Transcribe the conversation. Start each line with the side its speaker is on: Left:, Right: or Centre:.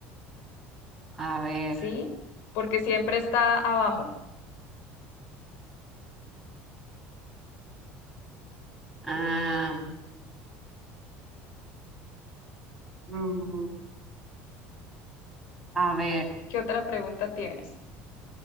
Centre: A ver.
Left: ¿sí? Porque siempre está abajo.
Centre: ah, mm, a ver.
Left: ¿Qué otra pregunta tienes?